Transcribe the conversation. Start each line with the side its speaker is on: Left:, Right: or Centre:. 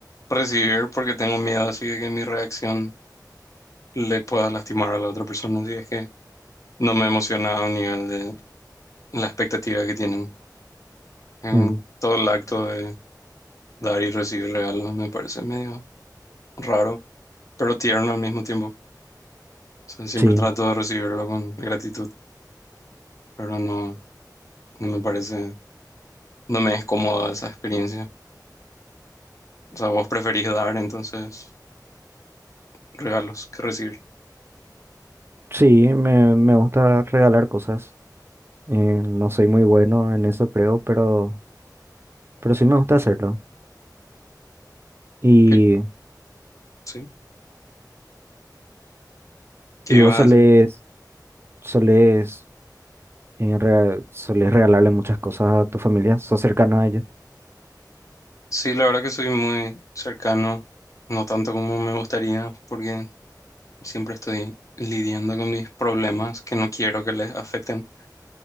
Left: recibir porque tengo miedo así de que mi reacción le pueda lastimar a la otra persona. Así es que no me emociona a un nivel de la expectativa que tienen. En
Right: Mm,
Left: todo el acto de dar y recibir regalos me parece medio raro, pero tierno al mismo tiempo. O sea, siempre
Right: Sí,
Left: trato de recibirlo con gratitud, pero no, no me parece, no me es cómoda esa experiencia. O sea, vos preferís dar entonces regalos que recibir.
Right: sí, me, me gusta regalar cosas. Eh, no soy muy bueno en eso, creo, pero, pero sí me gusta hacerlo. ¿Y,
Left: ¿Qué, sí? ¿Qué
Right: y
Left: ibas
Right: vos
Left: a
Right: solés,
Left: hacer?
Right: solés, eh, rea- solés regalarle muchas cosas a tu familia? ¿Sos cercano a ellos?
Left: Sí, la verdad que soy muy cercano, no tanto como me gustaría, porque siempre estoy lidiando con mis problemas que no quiero que les afecten.